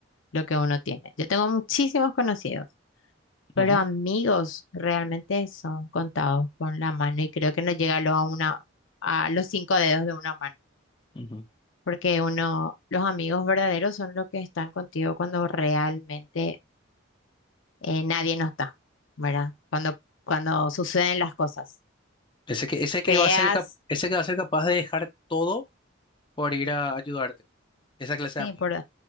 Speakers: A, on the left; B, on the left.
A: lo que uno tiene. Yo tengo muchísimos conocidos, pero
B: Ujú,
A: amigos realmente son contados con la mano y creo que no llega lo a una, a los cinco dedos de una mano.
B: ujú.
A: porque uno, los amigos verdaderos son los que están contigo cuando realmente eh, nadie no está, ¿verdad? Cuando, cuando suceden las cosas
B: Ese que, ese que
A: feas,
B: va a ser cap- ese que va a ser capaz de dejar todo por ir a ayudarte. Esa clase
A: sí,
B: de amigos.
A: por,